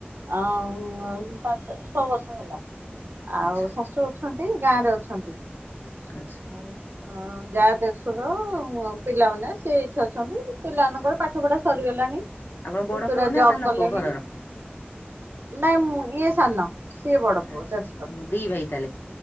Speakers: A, on the right (about 65°); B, on the left (about 65°).
A: ଆଁ ପାଞ୍ଚ ଛଅ ବର୍ଷ ହେଲା।
B: ଆଚ୍ଛା
A: ଆଉ ଶାଶୁ ଅଛନ୍ତି, ଗାଁରେ ଅଛନ୍ତି
B: ଆଚ୍ଛା।
A: । ଅଁ ଯା ଦେଢଶୁର ପିଲାମାନେ ସେ ଏଇଠି ଅଛନ୍ତି। ପିଲାମାନଙ୍କର ପାଠପଢ଼ା ସରିଗଲାଣି,
B: ଆପଣ
A: ପୁତୁରା
B: ବଡ ପୁଅ ନା
A: ଜବ
B: ସାନ
A: କଲେଣି।
B: ପୁଅ ଘରର?
A: ନାଇଁ ମୁଁ ଇଏ ସାନ ସିଏ ବଡ ପୁଅ
B: ଆଚ୍ଛା
A: ଦେଢ଼ଶୂର
B: ମୁଁ ଦି ଭାଇ ତାହେଲେ